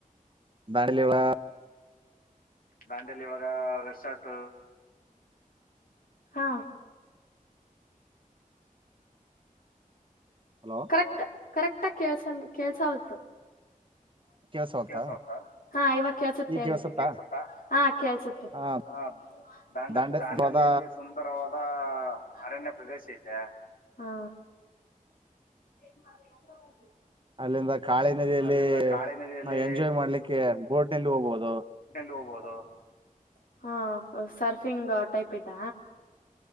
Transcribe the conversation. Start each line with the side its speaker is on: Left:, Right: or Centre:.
Right: <unintelligible>
Left: Dandeli ಒಳಗ ರೆಸಾರ್ಟ್ ಹಾ
Right: ಹಲೋ
Left: ಕರೆಕ್ಟ್ ಕರೆಕ್ಟ್ಗ ಕೇಳ್ಸಲ್ ಕಳ್ಸ ಹ <unintelligible> <unintelligible>
Right: ಕೇಳ್ಸವಲ್ತ
Left: ಹಾ ಈವಾಗ ಕೇಳ್ಸುತ್
Right: ಈಗ
Left: ಹೇಳಿರಿ
Right: ಕೇಳ್ಸತ್ತಾ
Left: ಈಗ್ ಕೇಳ್ಸುತ ಹಾ ಕೇಳ್ಸುತ್ತೆ
Right: ಆ
Left: ಹಾ ದಾಂಡೇಲ್
Right: ದಾಂಡ
Left: ದಾಂಡೇಲಿಯಲ್ಲಿ
Right: ಹೋದ
Left: ಸುಂದರವಾದ ಅರಣ್ಯ ಪ್ರದೇಶ ಆಯ್ತೆ ಹಾ <unintelligible>
Right: ಅಲ್ಲಿಂದ ಕಾಳಿ ನದಿಯಲ್ಲಿ
Left: ಅಲ್ಲಿಂದ ಕಾಳಿ ನದಿಯಲ್ಲಿ
Right: ನಾವ್ ಎಂಜಾಯ್ ಮಾಡ್ಲಿಕ್ಕೆ ಬೋಟ್ನಲ್ಲಿ ಹೋಗಬೋದು
Left: <unintelligible> ಹ ಸರ್ಫಿಂಗ್ ಟೈಪ್ ಐತ